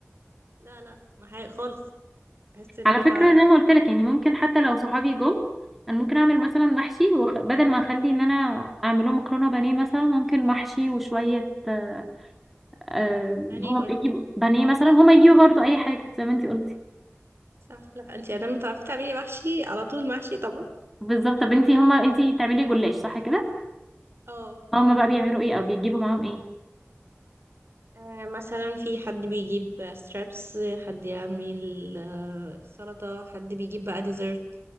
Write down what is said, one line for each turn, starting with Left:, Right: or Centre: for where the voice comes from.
Right: لا لا محاشي خالص بحس ان
Centre: على
Right: هو
Centre: فكره زي ما قلت لك يعني ممكن حتى لو صحابي جو انا ممكن اعمل مثلا محشي وخ... بدل ما اخلي ان انا اعمله مكرونه بانيه مثلا ممكن محشي وشويه آه، آه،
Right: يعني
Centre: هما يجيبوا بانيه مثلا هما يجيبوا برضو اي حاجه زي ما انتي قلتي
Right: صح لا انتي ادام بتعرفي تعملي محشي على طول محشي طبعا
Centre: بالظبط طب انتي هما انتي بتعملي جلاش صح كده
Right: اه
Centre: هما بقى بيعملوا ايه او بيجيبوا معاهم ايه
Right: آه، مثلا في حد بيجيب ستريبس حد يعمل آه، سلطة حد بيجيب بقى ديزرت